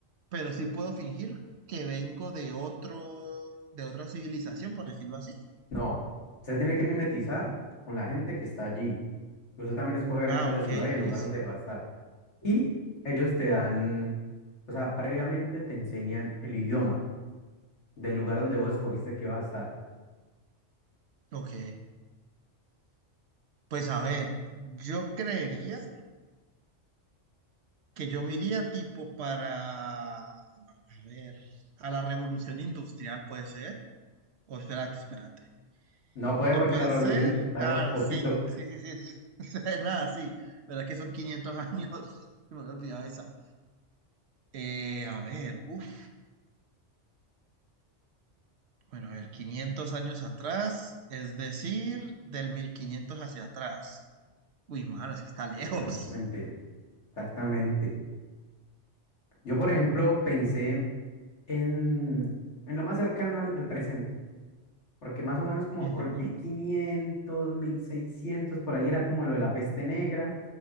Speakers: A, on the right (about 65°); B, on the left (about 70°).
A: pero sí puedo fingir que vengo de otro, de otra civilización, por decirlo así.
B: No, usted tiene que mimetizar con la gente que está allí. Usted también escoge obviamente
A: Ah,
B: la
A: ok,
B: ciudad y el
A: listo.
B: lugar donde se va a estar. Y ellos te dan, o sea, previamente te enseñan el idioma del lugar donde vos escogiste que ibas a estar.
A: Ok. Pues a ver, yo creería que yo me iría tipo para, a ver, a la revolución industrial, puede ser. O espérate, espérate.
B: No puede
A: No
B: porque
A: pueden
B: la revolución
A: ser.
B: industrial
A: Ah,
B: fue hace poquito.
A: sí, sí, sí, sí. <laughs> O sea, Nada, sí. ¿Verdad que son 500 años? <laughs> Me había olvidado esa. Eh, a ver, uff. Bueno, a ver, 500 años atrás, es decir, del 1500 hacia atrás. Uy, mano, es que está lejos.
B: Sí, exactamente, exactamente. Yo, por ejemplo, pensé en, en lo más cercano al al presente. porque más o menos como
A: Ujú,
B: por el 1500, 1600 por ahí era como lo de la peste negra,